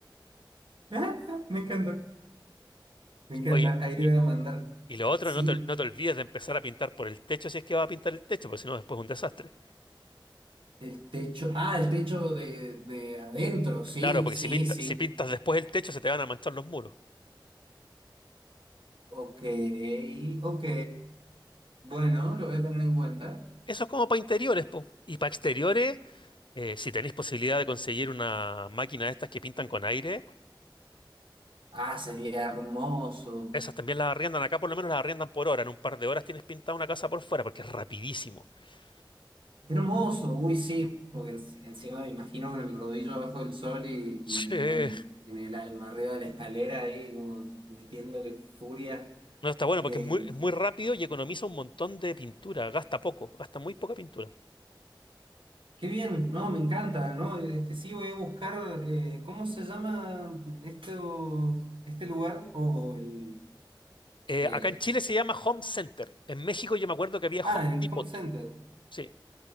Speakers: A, on the right; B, on the left.
A: <laughs> Ah, ah, me encanta, me encanta.
B: Oye,
A: Ahí le
B: y,
A: voy a mandar.
B: y lo otro,
A: Sí,
B: no te, no te olvides de empezar a pintar por el techo si es que vas a pintar el techo, porque si no, después es un desastre.
A: el techo. Ah, el techo de, de adentro. Sí,
B: Claro, porque
A: sí,
B: si pinta-
A: sí.
B: si pintas después el techo, se te van a manchar los muros.
A: Ok, ok. Bueno, lo voy a tener en cuenta.
B: Eso es como para interiores, po. Y para exteriores, eh, si tenéis posibilidad de conseguir una máquina de estas que pintan con aire,
A: Ah, sería hermoso.
B: esas también las arriendan. Acá por lo menos las arriendan por hora. En un par de horas tienes pintada una casa por fuera, porque es rapidísimo. <laughs>
A: Hermoso, uy, sí, porque en- encima me imagino con el rodillo abajo del sol y,
B: Sí.
A: y me duele. En el alma, arriba de la escalera, ahí como metiéndole furia.
B: No, está bueno porque
A: eh,
B: es muy, es muy rápido y economiza un montón de pintura, gasta poco, gasta muy poca pintura.
A: Qué bien, no, me encanta, ¿no? Es que sí, voy a buscar, eh, ¿cómo se llama este, este lugar? O el...
B: Eh,
A: eh,
B: acá en Chile se llama Home Center. En México yo me acuerdo que había
A: ah,
B: Home
A: el
B: Depot.
A: Home Center.
B: Sí,